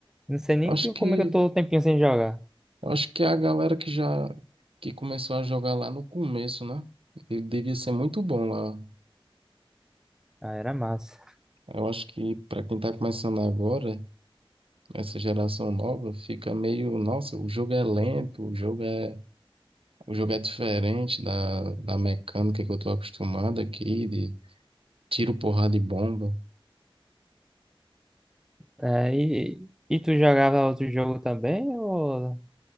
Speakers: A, in the centre; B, on the right.
A: Não sei nem
B: Acho
A: que,
B: que
A: como é que eu tô o tempinho sem jogar.
B: acho que a galera que já que começou a jogar lá no começo, né? Ele devia ser muito bom lá.
A: Ah, era massa.
B: Eu acho que pra quem tá começando agora, essa geração nova, fica meio, nossa, o jogo é lento, o jogo é o jogo é diferente da, da mecânica que eu tô acostumado aqui, de Tiro, porrada e bomba.
A: É, e, e tu jogava outro jogo também? Ou